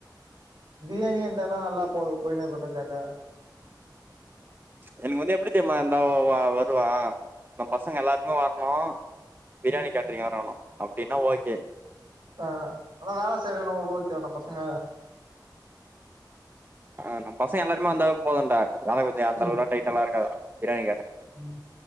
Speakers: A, on the right (about 75°); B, on the right (about 25°).
A: பிரியாணியா இருந்தனா நல்லா போது போயினே இருக்குண்டா ஜாலியா
B: எனக்கு வந்து எப்டி தெரிமா இருந்தா வ வ வருவ நம்ம பசங்க எல்லாருமே வரணு, பிரியாணி
A: ம்
B: கேட்டரிங் வரணு அப்டின்னா ஓகே
A: ஆ, ஆனா வேல செய்யலனா கூட ஓகேவா நம்ம பசங்க
B: ஆ, நம்ம பசங்க எல்லாருமே வந்தாவே போதுண்டா வேல கொஞ்சோ அந்த
A: ம்
B: அளவுலா டைட்டாலா இருக்காதுடா பிரியாணி கேட்டரிங்
A: ம்,